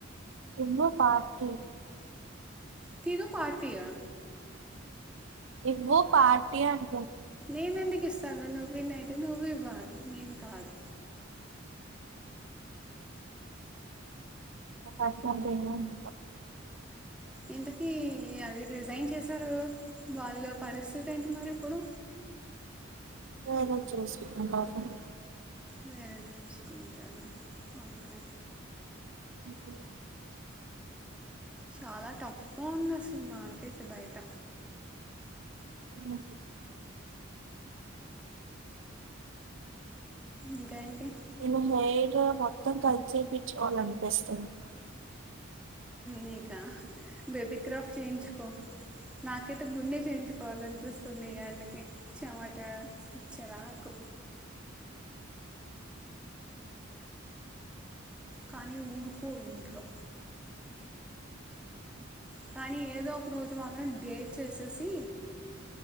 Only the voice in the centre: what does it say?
తిను పార్టీయా
నేను ఎందుకు ఇస్తాను నువ్వు విన్ అయితే నువ్వు ఇవ్వాలి నేను కాదు
ఎంతకీ అది రిజైన్ చేసారు వాళ్ళు పరిస్థితి ఏంటి మరి ఇప్పుడు
వేరేవి చూసుకుంటారు ఓకే
చాలా టఫ్గా ఉంది అసలు మార్కెట్ బయట
ఇంకా ఏంటి
నీకా బేబి క్రాఫ్ చేయించుకో నాకైతే గుండె చేయించుకోవాల అనిపిస్తుంది ఈ అండకి చమాటా చరాకు కానీ ఊరుకోరు ఇంట్లో కానీ ఏదో ఒక రోజు మాత్రం డేర్ చేసేసి